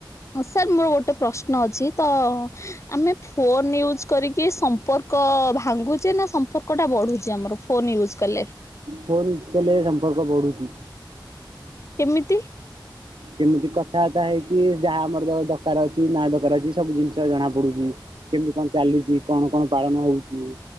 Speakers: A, on the left; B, on the right.
A: ସାର୍ ମୋର ଗୋଟେ ପ୍ରଶ୍ନ ଅଛି ତ ଆମେ ଫୋନ ୟୁଜ୍ କରିକି ସମ୍ପର୍କ ଭାଙ୍ଗୁଚେ ନା ସମ୍ପର୍କ ଟା ବଢୁଛି ଆମର ଫୋନ ୟୁଜ୍ କଲେ?
B: ଫୋନ୍ ୟୁଜ କଲେ ସମ୍ପର୍କ ବଢୁଛି।
A: କେମିତି?
B: କେମିତି କଥାବାର୍ତ୍ତା ହେଇକି ଯାହା ଆମର ଦରକାର ଅଛି ନା ଦରକାର ଅଛି ସବୁ ଜିନିଷ ଜଣା ପଡୁଛି। କେମିତି କଣ ଚାଲିଛି କଣ କଣ ପାଳନ ହଉଛି।